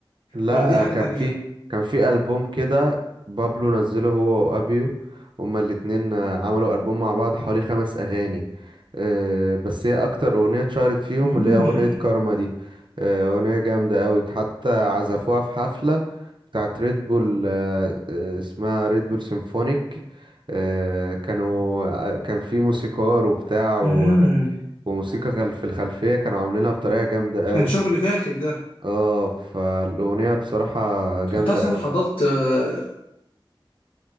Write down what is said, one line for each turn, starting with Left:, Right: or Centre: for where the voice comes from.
Right: لا
Left: ولا دي حاجه
Right: آه، كان
Left: تانية
Right: في كان في ألبوم كده بابلو نزله هو وأبيو هما الاتنين آه، عملوا ألبوم مع بعض حوالي خمس أغاني آه، بس هي أكتر أغنية اتشهرت فيهم
Left: امم
Right: اللي هي أغنية كارما دي آه، أغنية جامدة أوي حتى عزفوها في حفلة بتاعت ريد بول آه، آه، اسمها ريد بول سيمفونيك آه، كانوا آه، كان في موسيقار وبتاع و-
Left: امم
Right: وموسيقى خل- في الخلفية كانوا عاملينها بطريقة جامدة أوي
Left: كان شغل فاخر ده
Right: اه فالأغنية بصراحة جامدة
Left: انت اصلا
Right: أوي
Left: حضرت آه،